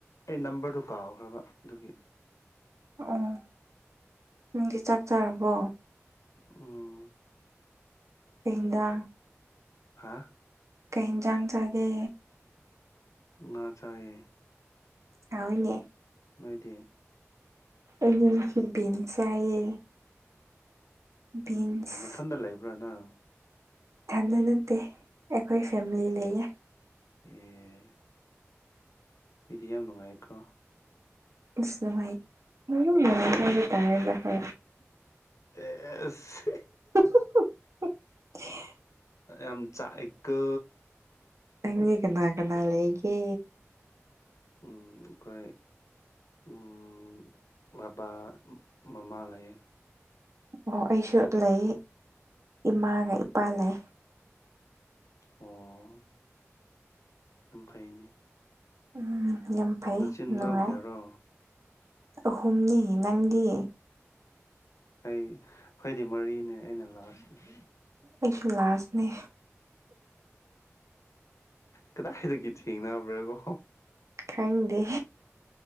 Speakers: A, on the left (about 85°); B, on the right (about 80°).
A: ꯑꯩ ꯅꯝꯕꯔꯗꯣ ꯀꯥꯎꯈ꯭ꯔꯕ ꯑꯗꯨꯒꯤ
B: ꯑꯣ ꯅꯪꯗꯤ ꯆꯥꯛ ꯆꯥꯔꯕꯣ
A: ꯎꯝ
B: ꯇꯦꯡꯗ
A: ꯍꯥꯥ
B: ꯀꯩ ꯌꯦꯟꯖꯥꯡ ꯆꯥꯒꯦ
A: ꯉꯥ ꯆꯥꯢꯑꯦ
B: ꯍꯥꯎꯢꯅꯦ
A: ꯅꯣꯏꯗꯤ
B: ꯑꯩꯗꯤ ꯕꯤꯟ ꯆꯥꯏꯌꯦ ꯕꯤꯟꯁ
A: ꯃꯊꯟꯗ ꯂꯩꯕ꯭ꯔꯥ ꯅꯪ
B: ꯊꯟꯗ ꯅꯠꯇꯦ ꯑꯩꯈꯣꯏ ꯐꯦꯃꯤꯂꯤ ꯂꯩꯌꯦ
A: ꯑꯦ ꯃꯤꯗꯤ ꯌꯥꯝ ꯅꯨꯡꯉꯥꯏꯀꯣ
B: ꯢꯁ ꯅꯨꯉꯥꯏ <inaudible> ꯍꯥꯏꯕ ꯇꯔꯗ ꯍ
A: ꯑꯦꯁ
B: <unintelligible>
A: ꯌꯥꯝ ꯆꯥꯛꯑꯦꯀꯣ
B: ꯅꯪꯗꯤ ꯀꯅꯥ ꯀꯅꯥ ꯂꯩꯒꯦ
A: ꯎꯝ ꯑꯩꯈꯣꯏ ꯎꯝ ꯎꯝ ꯕꯥꯕꯥ ꯃꯃꯥ ꯂꯩ
B: ꯑꯣ ꯑꯩꯁꯨ ꯂꯩ ꯏꯃꯥꯒ
A: ꯎꯝ
B: ꯏꯄꯥ ꯂꯩ
A: ꯑꯣ ꯌꯥꯝ ꯐꯩꯅꯦ
B: ꯎꯝ ꯌꯥꯝ ꯐꯩ
A: ꯅꯆꯤꯟ
B: ꯅꯨꯡꯉꯥꯏ
A: ꯅꯅꯥꯎ ꯀꯌꯥꯔꯣ
B: ꯑꯍꯨꯝꯅꯤ ꯅꯪꯒꯤ
A: ꯑꯩ ꯑꯩꯈꯣꯏꯗꯤ ꯃꯔꯤꯅꯦ ꯑꯩꯅ ꯂꯥꯁꯅꯦ
B: ꯑꯩꯁꯨ ꯂꯥꯁꯅꯦ
A: ꯀꯗꯥꯏꯗꯒꯤ ꯊꯦꯡꯅꯕ꯭ꯔꯥꯒꯣ
B: ꯈꯪꯗꯦ